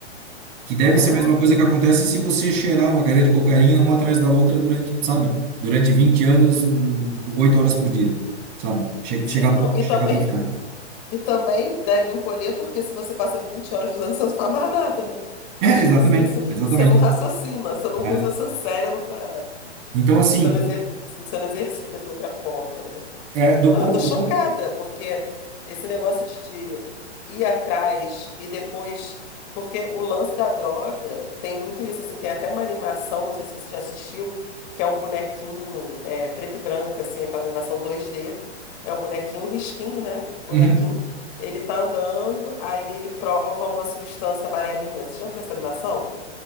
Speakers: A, on the right; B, on the left.
A: Que deve
B: Caraca.
A: ser a mesma coisa que acontece se você cheirar uma carreira de cocaína uma atrás da outra durante, sabe? Durante 20 anos, eh, oito horas por dia, sabe? Chega,
B: Sim,
A: chega a atro-
B: não. E
A: chega
B: também,
A: a atrofiar.
B: e também deve encolher, porque se você passa 20 horas fazendo, você não faz mais nada, né? Então,
A: É,
B: tipo
A: exatamente,
B: assim, você,
A: exatamente.
B: você não raciocina, você não usa
A: né?
B: seu cérebro para.
A: Então, assim,
B: Você não exer, você não exercita de outra forma, né?
A: é, do
B: Não,
A: ponto,
B: eu tô chocada,
A: do ponto,
B: porque esse negócio de, de ir atrás e depois. Porque o lance da droga tem muito isso, assim, tem até uma animação, não sei se você já assistiu, que é um bonequinho é, preto e branco, assim, aquela animação dois d É um bonequinho, um risquinho, né? Bonequinho.
A: Uhum.
B: Ele tá andando, aí ele prova uma substância amarelinha. Você já viu essa animação?